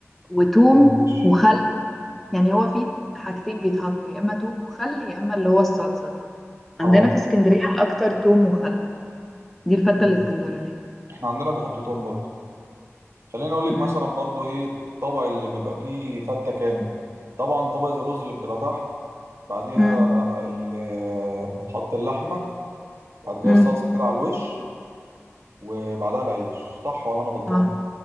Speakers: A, in the centre; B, on the right.
A: وتوم
B: ماشي
A: وخل يعني هو فيه حاجتين بيتحطوا يا إما توم وخل يا إما اللي هو الصلصة دي عندنا
B: اه
A: في اسكندرية الأكتر توم وخل دي الفتة
B: مم.
A: الاسكندرانية
B: احنا عندنا بيحطوا توم برضه خليني اقول لك
A: مم.
B: مثلا برضو ايه الطبق اللي بيبقى فيه فته كامل طبعا طبقه الرز اللي بتبقى تحت بعديها
A: مم.
B: ال- آه، بتحط اللحمه بعد كده
A: مم.
B: الصلصه كده على الوش وبعدها العيش صح ولا انا غلطان
A: اه